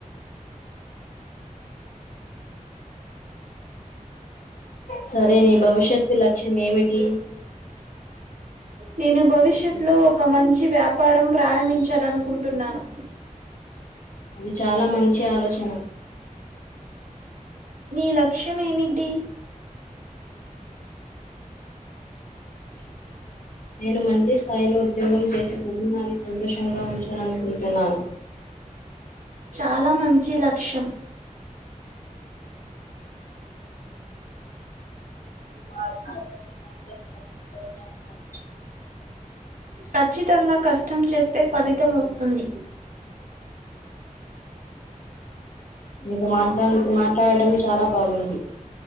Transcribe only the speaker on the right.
నేను భవిష్యత్తు లో ఒక మంచి వ్యాపారం ప్రారంభించాలనుకుంటున్నాను
నీ లక్ష్యం ఏమిటి
చాలా మంచి లక్ష్యం
ఖచ్చితంగా కష్టం చేస్తే ఫలితం వస్తుంది.